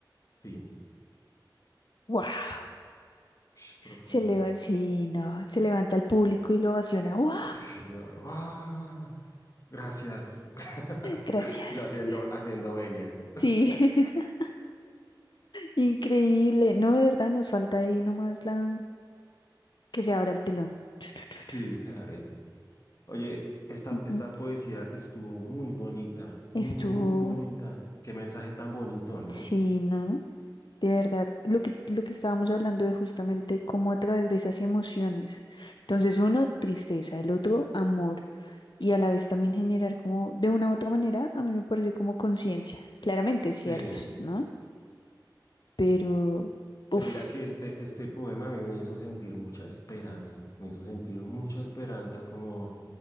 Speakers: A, on the left (about 45°); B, on the left (about 70°).
A: Fin.
B: Wow.
A: Psh, profunda.
B: Se levanta,
A: <laughs>
B: sí, no, se levanta el público y lo ovaciona. ¡Wow!
A: Sí, no. ¡Ah! Gracias. <laughs>
B: Gracias.
A: Yo haciendo, haciendo venia.
B: Sí. <laughs> Increíble. No, de verdad, nos falta ahí nomás la que se abra el telón. <laughs>
A: Sí, se arena. Oye, esta,
B: Ujú.
A: esta poesía estuvo muy bonita, muy,
B: Estuvo,
A: muy bonita. Qué mensaje tan bonito, ¿no?
B: sí, ¿no? De verdad, lo que, lo que estábamos hablando de justamente cómo a través de esas emociones. Entonces, uno, tristeza, el otro, amor. Y a la vez también generar como, de una u otra manera, a mí me parece como conciencia. Claramente,
A: Sí.
B: ciertos, ¿no? Pero, uff,
A: Eh, Mira que este, este poema a mí me hizo sentir mucha esperanza, me hizo sentir mucha esperanza como,